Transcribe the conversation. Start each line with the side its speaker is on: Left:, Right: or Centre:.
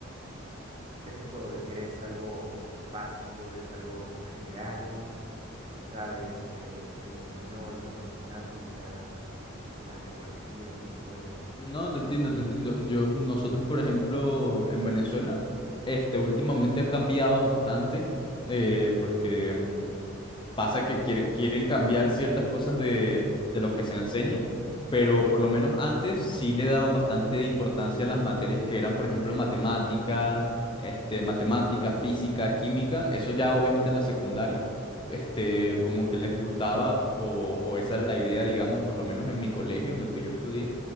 Right: ¿qué te puedo decir? Es algo básico, es algo general. Ya sabes, el, el español, las matemáticas, eh, la geografía, la historia.
Left: No, te entiendo,
Right: Mm,
Left: te entiendo. Yo, nosotros, por ejemplo, en Venezuela,
Right: sí,
Left: este, últimamente ha cambiado bastante, eh, porque mm, pasa que quiere- quieren cambiar ciertas cosas de, de lo que se enseña, pero por lo menos antes sí le daban bastante importancia a las materias que eran, por ejemplo, matemáticas, este, matemática, física, química, eso ya obviamente en la secundaria, este, como que les gustaba o, o esa era la idea, digamos, por lo menos en mi colegio en el que yo estudié.